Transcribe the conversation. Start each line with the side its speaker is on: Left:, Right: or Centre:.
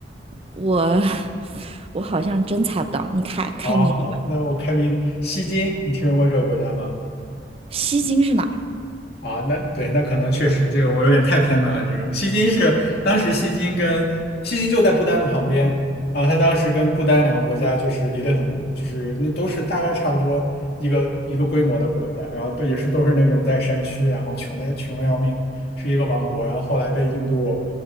Right: 我 <laughs> 我好像真猜不到，你开开谜底吧。
Left: 好，好，那我开明西金，你听说过这个国家吗？
Right: 西京是哪儿？
Left: 啊，那对，那可能确实这个我有点太偏门了。这个西金是当时西金跟西金就在不丹的旁边啊，他当时跟不丹两个国家就是离得很，就是那都是大概差不多一个一个规模的国家，然后都也是都是那种在山区，然后穷的穷的要命，是一个王国，然后后来被印度，